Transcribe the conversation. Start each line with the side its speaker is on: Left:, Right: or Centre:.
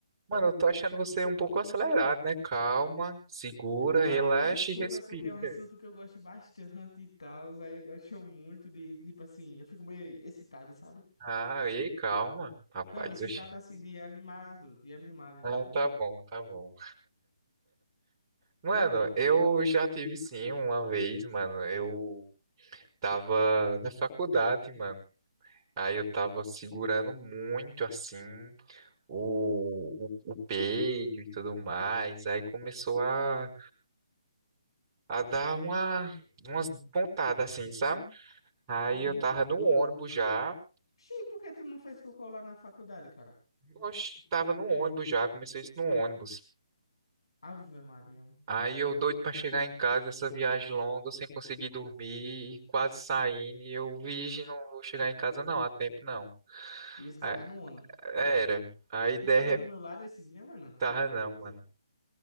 Right: Mano, eu tô achando você um pouco acelerado, né? Calma, segura,
Left: Ah,
Right: relaxa
Left: desculpa,
Right: e respira.
Left: é porque é um assunto que eu gosto bastante e tal. Aí eu gosto muito de, tipo assim, eu fico meio excitado, sabe?
Right: Ah, e calma, rapaz,
Left: Não, excitado
Right: oxi.
Left: assim de animado, de animado, entendeu?
Right: Ah, tá bom, tá bom. Mano, eu já tive sim uma vez, mano. Eu tava na faculdade, mano. Aí eu tava segurando muito assim o, o, o peido e tudo mais. Aí começou a a dar uma, umas pontadas assim, sabe? Aí
Left: Uhum.
Right: eu tava no ônibus já,
Left: Xi, por que tu não fez cocô lá na faculdade, cara?
Right: oxe, tava no ônibus já, começou isso no ônibus.
Left: Ave Maria. mano.
Right: Aí eu doido pra chegar em casa, essa viagem longa, sem conseguir dormir, e quase saindo, e eu, virgem, não vou chegar em casa não, há tempo não.
Left: Ia se cagar
Right: A-
Left: no ônibus.
Right: Era, aí de
Left: Tu tava
Right: repente,
Left: do meu lado esse dia, mano?
Right: tava não, mano.